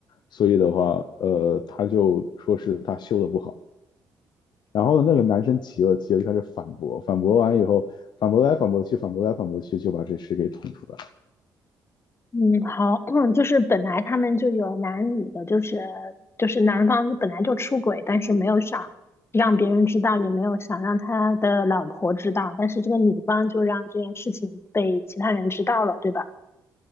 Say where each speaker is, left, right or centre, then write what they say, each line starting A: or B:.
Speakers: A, on the left (about 70°); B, on the left (about 35°).
A: 所以的话，呃，他就说是他修的不好。然后那个男生急了，急了就开始反驳，反驳完以后，反驳来反驳去，反驳来反驳去，就把这事给捅出来。
B: 嗯，好，<clears throat> 就是本来他们就有男女的，就是就是男方本来就出轨，但是没有想让别人知道，也没有想让他的老婆知道，但是这个女方就让这件事情被其他人知道了，对吧？